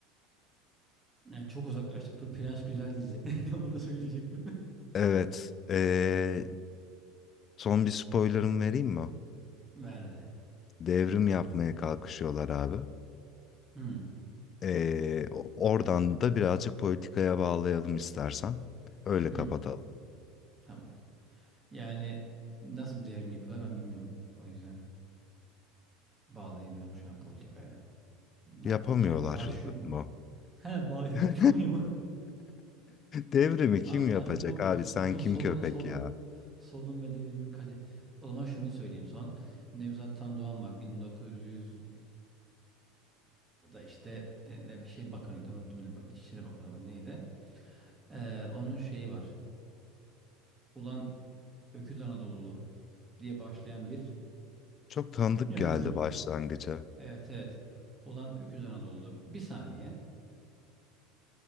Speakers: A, on the right; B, on the left.
A: Yani çok uzaklaştık. Dur Prens güzel dizi. <laughs> Onu söyleyecektim.
B: evet eee, son bir spoiler'ım vereyim mi?
A: <laughs> Verdi.
B: Devrim yapmaya kalkışıyorlar abi.
A: Hmm.
B: Eee, o- oradan da birazcık politikaya bağlayalım istersen. Öyle
A: Hmm.
B: kapatalım.
A: Tamam. Yani nasıl bir devrim yapıyorlar ben bilmiyorum. O yüzden bağlayamıyorum şu an politikaya. Na-
B: Yapamıyorlar
A: yani başım...
B: mı?
A: He bağ <laughs>
B: <laughs>
A: yapamıyor mu?
B: Devrimi kim
A: Abi tamam
B: yapacak
A: bu
B: abi? Sen
A: bu
B: kim
A: solun
B: köpek
A: solun
B: ya?
A: solun ve devrimin kadı. O zaman şunu söyleyeyim son. Nevzat Tan Doğan var 1930'larda işte e, ne bir şey bakanıydı unuttum ne bak İçişleri Bakanı mıydı neydi? Ee, onun şeyi var. Ulan Öküz Anadolulu diye başlayan bir <laughs>
B: Çok tanıdık
A: yani
B: geldi
A: sö-
B: başlangıca.
A: evet evet. Ulan Öküz Anadolu'da bir saniye.